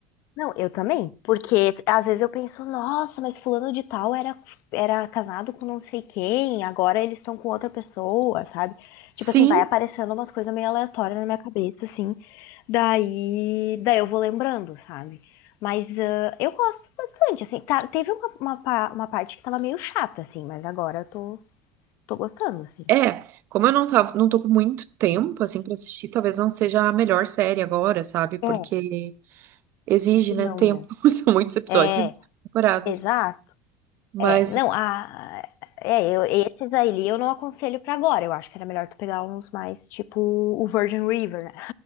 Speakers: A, on the left; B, on the right.
A: Não, eu também, porque às vezes eu penso, nossa, mas fulano de tal era, era casado com não sei quem, agora eles estão com outra pessoa, sabe?
B: Sim,
A: Tipo assim, vai aparecendo umas coisas meio aleatórias na minha cabeça, assim, daí, daí eu vou lembrando, sabe? Mas ah, eu gosto bastante, assim, tá- teve uma, uma, pa- uma parte que tava meio chata, assim, mas agora eu tô, tô gostando, assim.
B: é. Como eu não tava, não tô com muito tempo assim pra assistir, talvez não seja a melhor série agora, sabe? Porque
A: É,
B: exige,
A: que
B: né,
A: não
B: tempo.
A: mesmo.
B: <laughs> São muitos episódios
A: É,
B: e muitas temporadas.
A: exato.
B: Mas
A: É, não, a, é, eu, esses aí eu não aconselho pra agora. Eu acho que era melhor tu pegar uns mais, tipo o Virgin River, né?